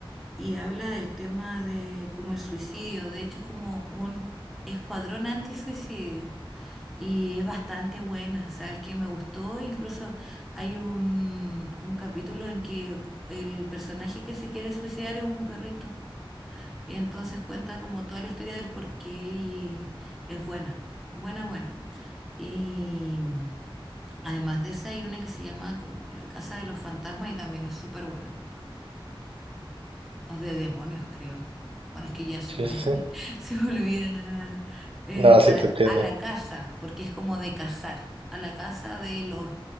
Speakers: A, in the centre; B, on the right.
A: y habla del tema de como el suicidio. De hecho, es como un escuadrón antisuicidio. Y es bastante buena, ¿sabes qué? Me gustó, incluso hay un, un capítulo en que el personaje que se quiere suicidar es un perrito. Y entonces cuenta como toda la historia del porqué y es buena, buena, buena. Y además de esa hay una que se llama como La Casa de los Fantasmas y también es súper buena. O de demonios, creo. Bueno, es que ya se
B: Sí,
A: me,
B: sí, sí.
A: <laughs> se me olvida eh,
B: No, sí
A: a la,
B: te entiendo.
A: a la casa, porque es como de cazar, a la casa de los